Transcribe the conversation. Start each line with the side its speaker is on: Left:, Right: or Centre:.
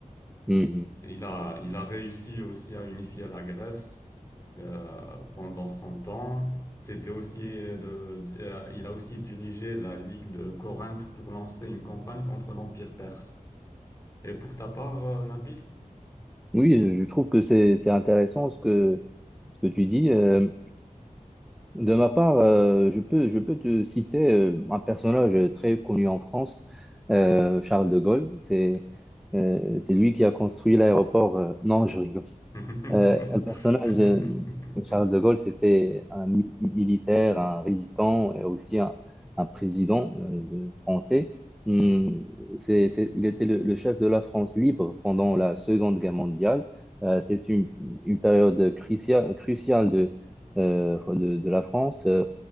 Centre: Mhm.
Left: Il a, il a réussi aussi à unifier la Grèce euh, pendant son temps. C'était aussi euh, le- euh, il a aussi dirigé la Ligue de Corinthe pour lancer une campagne contre l'Empire perse. Et pour ta part, euh, Nabil?
Centre: Oui, je je trouve que c'est c'est intéressant ce que ce que tu dis. Euh, de ma part, euh, je peux je peux te citer euh, un personnage très connu en France, euh, Charles de Gaulle. C'est euh, c'est lui qui a construit l'aéroport. euh, non, je rigole.
Left: <laughs>
Centre: Euh, un personnage, euh, Charles de Gaulle, c'était un mi- militaire, un résistant et aussi un, un président euh, de- français. Hum,
Left: Ouais.
Centre: c'est, c'est- il était le, le chef de la France libre pendant la Seconde Guerre mondiale. Euh, c'est une, une période cruciale, cruciale de, euh, de, de la France. Euh,